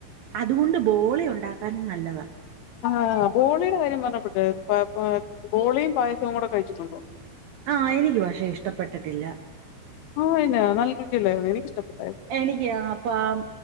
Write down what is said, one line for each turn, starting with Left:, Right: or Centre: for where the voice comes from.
Right: അതുകൊണ്ട് ബോളി ഉണ്ടാക്കാനും നല്ലതാ.
Left: ആഹ് ബോളിടെ കാര്യം പർഞ്ഞപ്പെട്ടേ പ അ ബോളിയും പായസവും കൂടെ കഴിച്ചിട്ടുണ്ടോ.
Right: ആഹ് എനിക്ക് പക്ഷെ ഇഷ്ടപ്പെട്ടിട്ടില്ല.
Left: ആഹ് ഇന്നാ നല്ല രുചയില്ലായിരുന്നു എനിക്കിഷ്ടപ്പെട്ടായിര്ന്നു.
Right: എനിക്ക്യാ അപ്പാം.